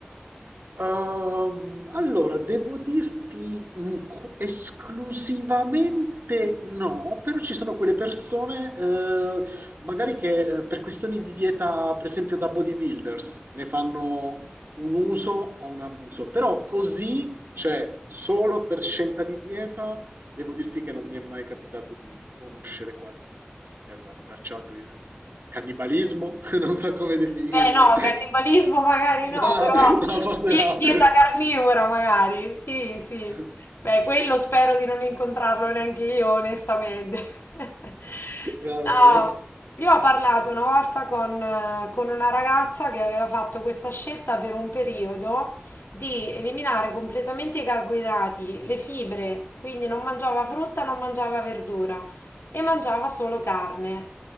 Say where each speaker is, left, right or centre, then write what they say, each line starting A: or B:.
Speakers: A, on the right; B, on the left.
A: Ehm, allora, devo dirti mh, qu- esclusivamente no, però ci sono quelle persone, eh, magari che eh, per questioni di dieta, per esempio da bodybuilders, ne fanno un uso o un abuso, però così, cioè solo per scelta di dieta, devo dirti che non mi è mai capitato di conoscere qualcuno che aveva abbracciato il cannibalismo, <laughs> non so come definirlo.
B: Beh, no, cannibalismo magari
A: <laughs>
B: no,
A: No, no,
B: però
A: no, forse
B: die-
A: no.
B: dieta carnivora magari, sì, sì.
A: Ok.
B: Beh, quello spero di non incontrarlo neanche io, onestamente. <laughs>
A: Va
B: No,
A: bene.
B: io ho parlato una volta con, eh, con una ragazza che aveva fatto questa scelta per un periodo di eliminare completamente i carboidrati, le fibre, quindi non mangiava frutta, non mangiava verdura e mangiava solo carne.